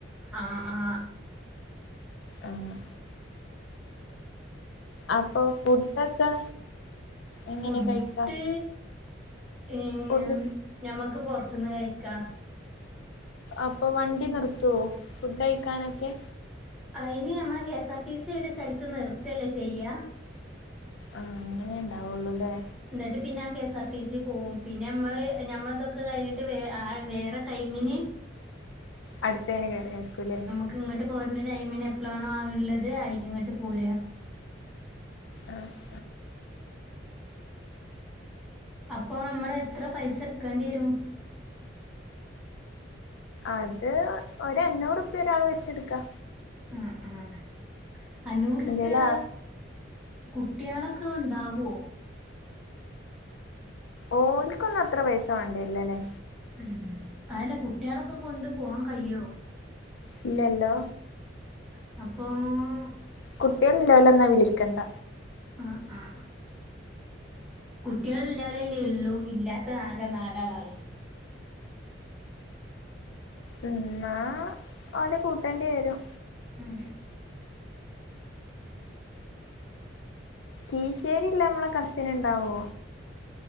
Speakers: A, in the centre; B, on the left (about 70°).
A: ആഹ് ആഹ്
B: ആഹ് അപ്പൊ ഫുഡൊക്കെ എങ്ങനെ
A: ഫുഡ്
B: കഴിക്കാ
A: ഏഹ്
B: ഒരു
A: ഞമ്മക്ക് പൊറത്ത്ന് കഴിക്കാ
B: അപ്പൊ വണ്ടി നിർത്തുവോ ഫുഡ് കഴിക്കാനൊക്കെ?
A: അയിന് നമ്മള് കെസാർടീസി ഒരു സ്ഥലത്ത് നിർത്തല്ലേ ചെയ്യാ
B: ആഹ് അങ്ങനെ ഇണ്ടാവുള്ളൂലേ
A: ന്നിട്ട് പിന്നെ ആ കെസാർടിസി പോവും പിന്നെ നമ്മള് ഞമ്മളതൊക്കെ കഴിഞ്ഞിട്ട് വേ ആ വേറെ ടൈമിന്
B: അടുത്തേന് കേറാരിക്കൂലേ
A: ക്ക് ഇങ്ങട്ട് പോര്ന്ന ടൈമിന് എപ്പളാണോ അത് ഇള്ളത് അയില്ങ്ങട്ട് പോരാ
B: ആഹ്
A: അപ്പൊ നമ്മള് എത്ര പൈസ എടുക്കെണ്ടി വരും?
B: അത് ഒര് അഞ്ഞൂറുപ്യ ഒരാള് വെച്ചെട്ക്കാ
A: ആഹ് ആഹ് അഞ്ഞൂറ്പ്യാ
B: എന്തേലാ
A: കുട്ട്യാളൊക്കെ ഇണ്ടാവോ?
B: ഓലിക്കൊന്നും അത്ര പൈസ വേണ്ടിവെര്ല്ലാല്ലേ
A: ഉം അതല്ലാ കുട്ട്യാളൊക്കെ കൊണ്ട് പോവാൻ കയ്യോ
B: ഇല്ലെല്ലോ
A: അപ്പോം
B: കുട്ട്യോള് ഇല്ലോലൊന്നും വിളിക്കെണ്ട
A: ആഹ് ആഹ് കുട്ടികളില്ലാതെ അല്ലേ ഉള്ളൂ ഇല്ലാത്തത് ആകെ നാലാള ഉള്ളത്
B: ഉം എന്നാ ഓലെ കൂട്ടേണ്ടി വരും
A: ഉം
B: കീശേരി ഉള്ള നമ്മടെ കസിൻ ഉണ്ടാവോ